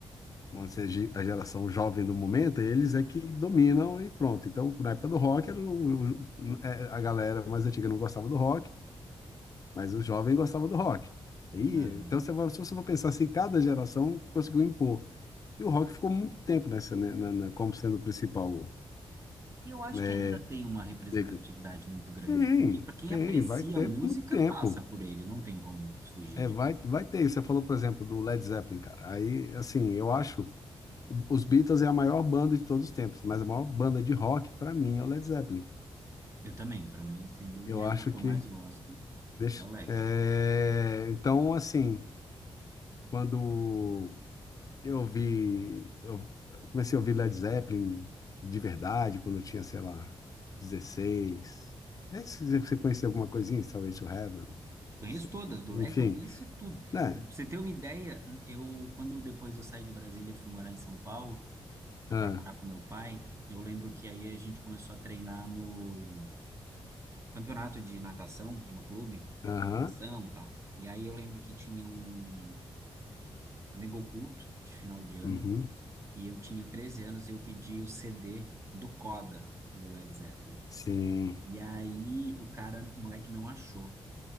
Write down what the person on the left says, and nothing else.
vamos dizer, a geração jovem do momento, eles é que dominam e pronto. Então, na época do rock, era o- o- é, a galera mais antiga não gostava do rock, mas o jovem gostava do rock. Aí,
então, você vai- se você for pensar assim, cada geração conseguiu impor. E o rock ficou muito tempo nessa, né, na- na- como sendo o principal
é,
veículo.
Tem,
tem,
vai ter
muito tempo.
É, vai, vai ter. Você falou, por exemplo, do Led Zeppelin, cara. Aí, assim, eu acho Os Beatles é a maior banda de todos os tempos, mas a maior banda de rock, para mim, é o Led Zeppelin.
Eu
acho
que.
Deixa,
é, então, assim, quando eu vi. Eu comecei a ouvir Led Zeppelin de verdade, quando eu tinha, sei lá, 16. E aí, se você conhecia alguma coisinha, Starway to Heaven?
se-
Enfim,
né?
Ah,
Aham,
uhum,
sim.